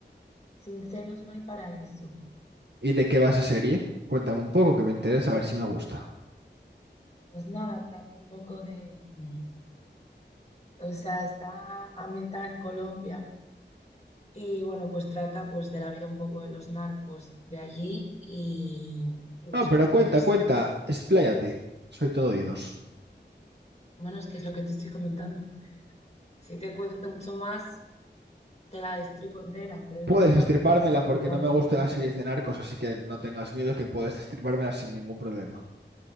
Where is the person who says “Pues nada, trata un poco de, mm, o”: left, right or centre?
Left